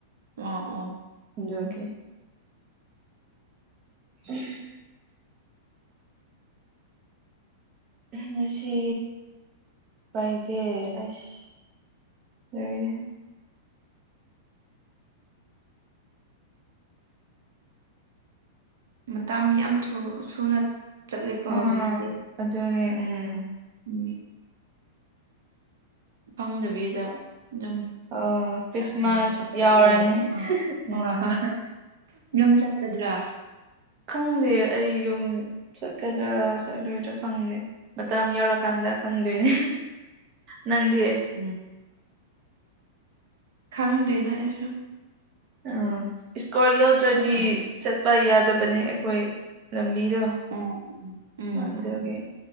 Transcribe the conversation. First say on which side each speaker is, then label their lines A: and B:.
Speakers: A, on the right (about 80°); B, on the right (about 30°).
A: ꯑꫭ ꯑꯣ
B: ꯑꯗꯨꯒꯤ ꯎꯝ ꯉꯁꯤ ꯐ꯭ꯔꯥꯏꯗꯦ ꯑꯁ ꯂꯩꯌꯦ
A: ꯃꯇꯝ ꯌꯥꯝ ꯊꯨꯅ ꯆꯠꯂꯦꯀꯣ
B: ꯎꯝ
A: ꯍꯧꯖꯤꯛꯇꯤ
B: ꯑꯗꯨꯅꯦ ꯎꯝ
A: ꯎꯝ ꯐꯪꯗꯕꯤꯗ ꯑꯗꯨꯝ
B: ꯑ ꯈ꯭ꯔꯤꯁꯃꯥꯁ
A: ꯍꯌꯦꯡ ꯈꯛꯇꯗꯤ
B: ꯌꯥꯎꯔꯅꯤ
A: ꯑꯣꯏꯔꯦ ꯑ
B: ꯎꯝ
A: ꯍꯣꯏ ꯍꯣꯏ ꯌꯨꯝꯆꯠ ꯆꯗ꯭ꯔꯥ
B: ꯈꯪꯗꯦ ꯑꯩ ꯌꯨꯝ ꯆꯠꯀꯗ꯭ꯔꯥ ꯆꯠꯂꯣꯏꯗ꯭ꯔꯥ ꯈꯪꯗꯦ ꯃꯇꯝ ꯌꯧꯔꯀꯥꯟꯗ ꯈꯪꯗꯣꯏꯅꯦ ꯅꯪꯗꯤ
A: ꯎꯝ ꯈꯪꯗ꯭ꯔꯦꯗ ꯑꯩꯁꯨ
B: ꯑꯥ ꯏꯁꯀꯣꯔꯠ ꯌꯥꯎꯗ꯭ꯔꯗꯤ
A: ꯆꯞ ꯃꯥꯟꯅꯩ
B: ꯆꯠꯄ ꯌꯥꯗꯕꯅꯦ ꯑꯩꯈꯣꯏ ꯂꯝꯕꯤꯗꯣ
A: ꯎꯝ ꯎꯝ ꯎꯝ
B: ꯐꯥꯖꯒꯦ